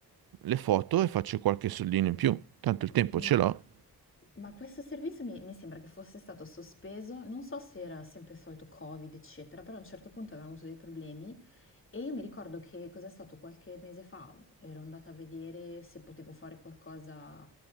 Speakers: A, on the right; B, on the left.
A: le foto e faccio qualche soldino in più, tanto il tempo
B: Ma
A: ce l'ho.
B: Ma questo servizio mi, mi sembra che fosse stato sospeso, non so se era sempre il solito Covid, eccetera, però a un certo punto avevamo avuto dei problemi e io mi ricordo che cos'è stato qualche mese fa, ero andata a vedere se potevo fare qualcosa